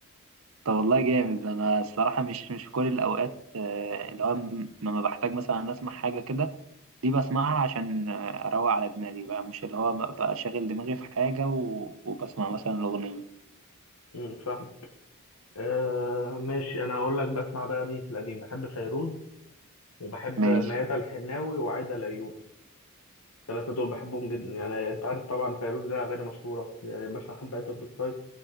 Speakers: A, on the right; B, on the left.
A: طب والله جامد أنا الصراحة مش مش في كل الأوقات آه، اللي هو م- لما بحتاج مثلا أسمع حاجة كده دي بسمعها عشان اروق على دماغي بقى مش اللي هو بقى شاغل دماغي في حاجة و... وبسمع مثلا الأغنية
B: أمم، فاهم آه ماشي انا هقول لك بسمع بقى مين في القديم بحب فيروز وبحب
A: ماشي
B: ميادة الحناوي وعايدة الايوبي الثلاثة دول بحبهم جدا يعني أنت عارف طبعا فيروز لها أغاني مشهورة يعني مثلا حبيتك بالصيف